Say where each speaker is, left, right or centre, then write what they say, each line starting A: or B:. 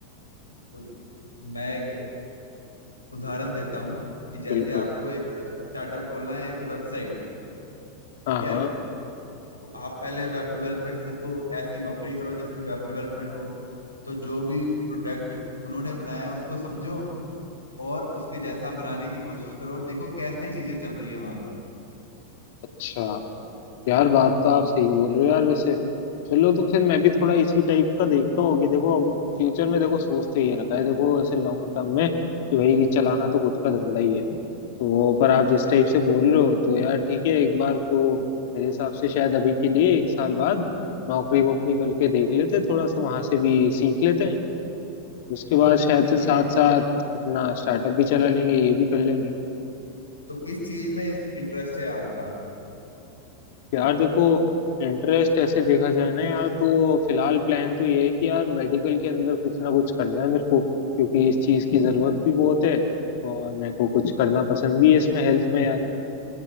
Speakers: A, on the left; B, on the left.
A: तो मैं एक उदाहरण देता हूँ कि जैसे
B: बिल्कुल
A: आपको एक स्टार्टअप खोलना है एक वेबसाइट
B: हाँ
A: ठीक है
B: हाँ
A: तो आप पहले वेब डेवलपमेंट सीखो ऐसी नौकरी करो जिसमें वेब डेवलपमेंट हो तो जो भी प्रोडक्ट उन्होंने बनाया है, उसको समझो और उसके जैसा बनाने की कोशिश करो और देखो कैसे चीजें चल रही है वहां पर
B: अच्छा यार बात तो आप सही बोल रहे हो यार वैसे चलो तो फिर मैं भी थोड़ा इसी टाइप का देखता हूँ कि देखो अब फ्यूचर में देखो सोच तो ये रखा है देखो ऐसे लॉन्ग टर्म में कि भाई कि चलाना तो गुट का धंधा ही है तो पर आप
A: अच्छा
B: जिस टाइप से बोल रहे हो तो यार ठीक है एक बार को मेरे हिसाब से शायद अभी के लिए एक साल बाद नौकरी वोकरी करके देख लेते थोड़ा सा वहां से भी सीख लेते हैं उसके बाद शायद
A: सही
B: से साथ
A: है
B: साथ अपना स्टार्टअप भी चला लेंगे ये भी कर लेंगे
A: तो किस चीज में इंटरेस्ट है आपका
B: यार देखो इंटरेस्ट ऐसे देखा जाए ना यार तो फिलहाल प्लान तो ये है कि यार मेडिकल के अंदर कुछ ना कुछ करना है मेरे को क्योंकि इस चीज़ की ज़रूरत भी बहुत है और मेरे को कुछ करना पसंद भी है इसमें हेल्थ में